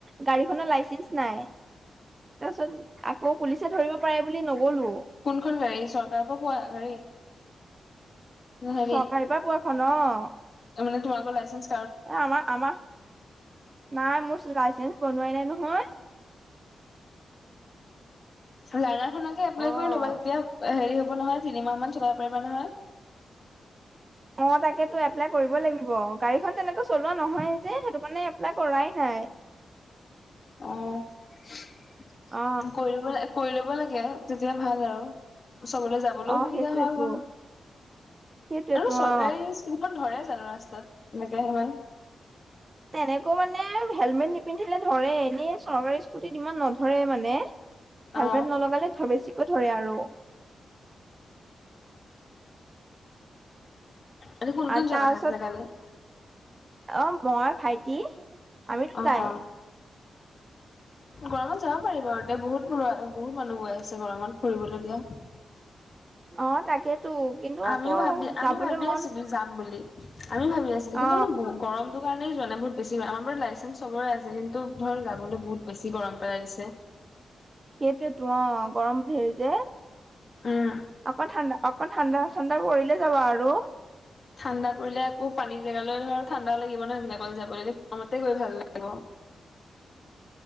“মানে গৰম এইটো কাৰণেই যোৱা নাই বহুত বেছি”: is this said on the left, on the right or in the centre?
Left